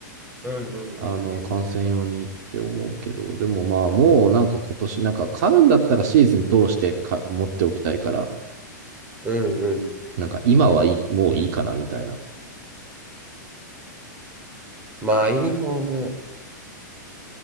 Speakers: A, on the right (about 15°); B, on the right (about 55°).
A: うんうんうんうん。
B: あの、観戦用にって思うけど、でもまあ、もうなんか今年、なんか買うんだったらシーズン通してか持っておきたいから、
A: うんうん。
B: なんか今はいい、もういいかなみたいな。
A: まあ、ユニフォーム、